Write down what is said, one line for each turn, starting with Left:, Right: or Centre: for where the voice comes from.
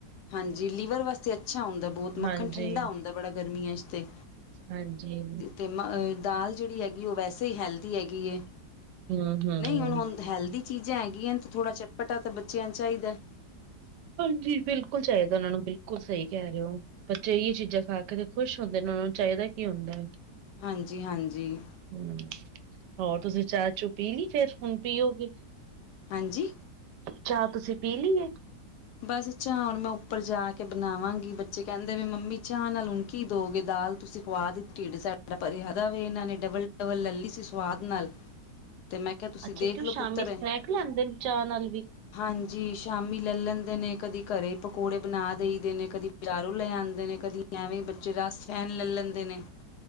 Left: ਹਾਂਜੀ ਲੀਵਰ ਵਾਸਤੇ ਅੱਛਾ ਹੁੰਦਾ ਬਹੁਤ ਮੱਖਣ
Right: ਹਾਂਜੀ
Left: ਠੰਢਾ ਹੁੰਦਾ ਬੜਾ ਗਰਮੀਆਂ ਇਸਤੇ
Right: ਹਾਂਜੀ
Left: ਤੇ ਮ ਦਾਲ ਜਿਹੜੀ ਹੈਗੀ ਉਹ ਵੈਸੇ ਹੀ ਹੈਲਦੀ ਹੈਗੀ
Right: ਹਮ ਹਮ
Left: ਨਹੀਂ ਹੁਣ ਹੁਣ ਹੈਲਦੀ ਚੀਜ਼ਾਂ ਹੈਗੀਆਂ ਤੇ ਥੋੜਾ ਚੱਪਟਾ ਤਾਂ ਬੱਚਿਆਂ ਨੂੰ ਚਾਹੀਦਾ
Right: ਹਾਂਜੀ ਬਿਲਕੁਲ ਚਾਹੀਦਾ ਉਹਨਾਂ ਨੂੰ ਬਿਲਕੁਲ ਸਹੀ ਕਹਿ ਰਹੇ ਹੋ ਬੱਚੇਹੀ ਚੀਜ਼ਾਂ ਖਾ ਕੇ ਖੁਸ਼ ਹੁੰਦੇ ਨੇ ਚਾਹੀਦਾ ਕੀ ਹੁੰਦਾ
Left: ਹਾਂਜੀ ਹਾਂਜੀ
Right: ਹਮ ਹੋਰ ਤੁਸੀਂ ਚਾਹ ਚੂ ਪੀ ਲਈ ਫੇਰ ਹੁਣ ਪੀਓਗੇ?
Left: ਹਾਂਜੀ
Right: ਚਾਹ ਤੁਸੀਂ ਪੀ ਲਈਏ?
Left: ਬਸ ਚਾਹ ਹੁਣ ਮੈਂ ਉੱਪਰ ਜਾ ਕੇ ਬਣਾਵਾਂਗੀ ਬੱਚੇ ਕਹਿੰਦੇ ਵੀ ਮੰਮੀ ਚਾਹ ਨਾਲ ਹੁਣ ਕੀ ਦੋਗੇ? ਤੁਸੀਂ ਖਵਾ ਦਿੱ ਢਡ ਸਾਡਾ ਪਰਦਾ ਵੇ ਇਹਨਾਂ ਨੇ ਡਬਲ ਡਵਲ ਲ਼ੇਲਿ ਸੀ ਸੁਵਾਦ ਨਾਲ ਤੇ ਮੈਂ ਕਿਹਾ ਤੁਸੀਂ
Right: ਅੱਛਾ
Left: ਦੇਖ
Right: ਕਿਉਂ
Left: ਲਓ
Right: ਸ਼ਾਮੀ
Left: ਪੁੱਤਰ
Right: ਸਨੈਕ ਲੈਂਦੇ ਨੇ ਚਾਹ ਨਾਲ ਵੀ?
Left: ਹਾਂਜੀ ਸ਼ਾਮੀ ਲੈ ਲੈਂਦੇ ਨੇ ਕਦੀ ਘਰੇ ਪਕੌੜੇ ਬਣਾ ਦੇਈਦੇ ਨੇ ਕਦੀ ਬਜ਼ਾਰੋਂ ਲੈ ਆਉਂਦੇ ਨੇ ਕਦੀ ਐਵੇਂ ਬੱਚੇ ਰਸ ਫੈਨ ਲੈ ਲੈਂਦੇ ਨੇ।